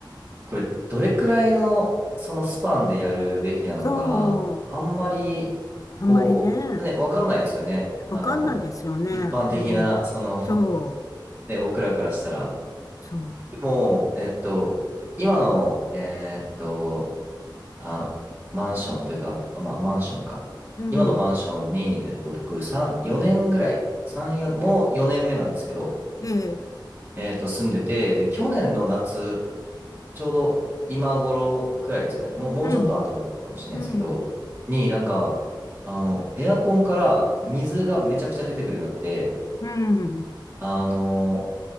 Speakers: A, on the right; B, on the left.
A: これ、どれくらいの、そのスパンでやるべきなのか、
B: そう。
A: あんまり、
B: あんまりね、
A: こう、ね、わかんないですよね。あの、
B: わかんないですよね。
A: 一般的な、
B: うん。
A: その、<laughs>
B: そう。
A: ね、僕らからしたら。
B: そ
A: でも、えっと、今の、えっと、あの、マンションというか、あまあ、マンションか。
B: う。うん。
A: 今のマンションに、えっと、僕、3、4年ぐらい、3、4、もう4年目なんですけど、
B: ええ。
A: えっと、住んでて、で、去年の夏、ちょうど今頃くらいですかね、もう、もうちょっと後だったかもしれないですけど、
B: うん。うん。
A: になんか、あの、エアコンから水がめちゃくちゃ出てくるようになって、
B: うん。
A: あの、